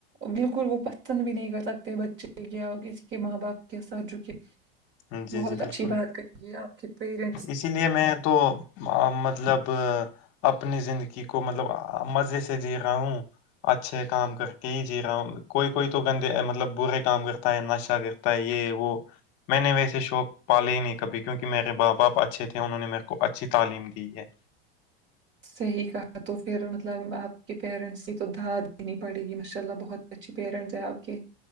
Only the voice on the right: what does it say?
بالکل وہ پسند بھی نہیں کر سکتے بچے کیا کسی کے ماں باپ کے ساتھ جو کہ
بہت
اچھی
بات کہی ہے آپ کے پیرینٹ
صحیح کہا تو پھر مطلب آپ کے پیرنٹس کی تو داد دینی پڑے گی ماشاء اللہ بہت اچھے پیرنٹس ہیں آپ کے